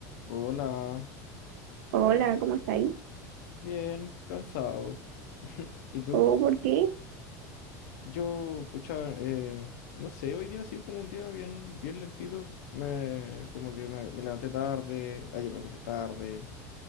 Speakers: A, on the left (about 85°); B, on the right (about 85°).
A: Hola,
B: Hola, ¿cómo está ahí?
A: bien, cansado. <laughs> ¿Y tú?
B: ¿O por qué?
A: Yo, pucha, eh, no sé, hoy día ha sido como un día bien, bien lentito. Me, como que me, me levanté tarde, ayer me acosté tarde